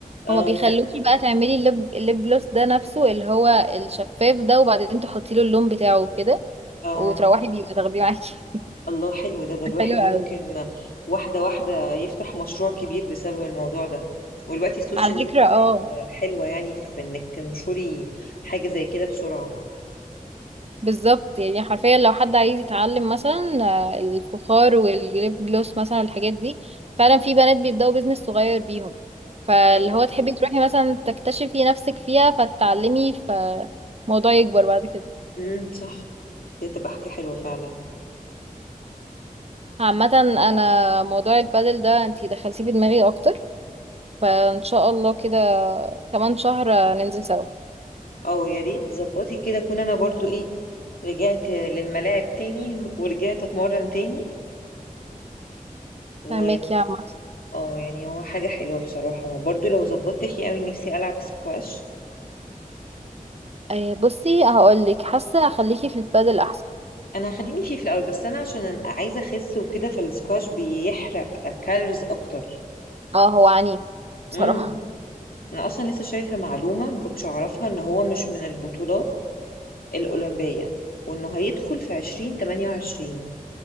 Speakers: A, on the left; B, on the right.
A: اه
B: هما بيخلوكي
A: لا
B: بقى تعملي الليب الليب جلوس ده نفسه اللي هو الشفاف ده وبعدين تحطي له اللون بتاعه كده
A: اه
B: وتروحي بيبقى تاخديه معاكي
A: الله حلو ده ده
B: <laughs>
A: الواحد
B: حلو
A: ممكن
B: قوي
A: واحده واحده يفتح مشروع كبير بسبب الموضوع ده ودلوقتي السوشيال
B: على
A: ميديا
B: فكرة اه
A: بقت حلوه يعني في انك تنشري حاجه زي كده بسرعه
B: بالظبط يعني حرفيا لو حد عايز يتعلم مثلا آه، الفخار والليب جلوس مثلا والحاجات دي فعلا في بنات بيبدأوا بيزنس صغير بيهم فاللي
A: ايوه
B: هو تحبي تروحي مثلا تكتشفي نفسك فيها فتتعلمي فالموضوع يكبر بعد كده
A: امم صح دي تبقى حاجه حلوه فعلا
B: عامة انا موضوع البادل ده انتي دخلتيه في دماغي اكتر فان شاء الله كده كمان شهر آه، ننزل سوا
A: اه يا ريت ظبطي كده اكون انا برضو ايه رجعت للملاعب تاني ورجعت اتمرن تاني و
B: فهماك يا عم
A: اه يعني هو حاجة حلوة بصراحة برضو لو ظبطت فيه قوي نفسي ألعب سكواش
B: آه، بصي هقولك حاسة اخليكي في البادل احسن
A: أنا هخليني فيه في الأول بس أنا عشان أنا عايزة أخس وكده فالسكواش بيحرق كالوريز أكتر
B: اه هو عنيف بصراحة
A: امم أنا أصلا لسه شايفة معلومة ما كنتش أعرفها إن هو مش من البطولات الأولمبية وإنه هيدخل في عشرين تمانية وعشرين